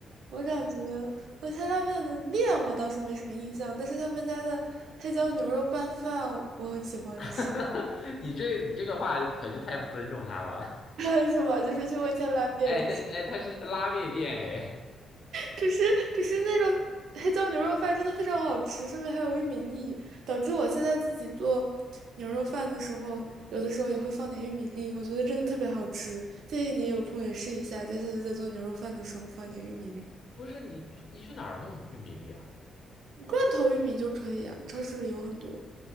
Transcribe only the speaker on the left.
<laughs> 你这你这个话可就太不尊重他了。
哎，他哎，他是拉面店哎，
不是你你去哪儿弄玉米粒啊？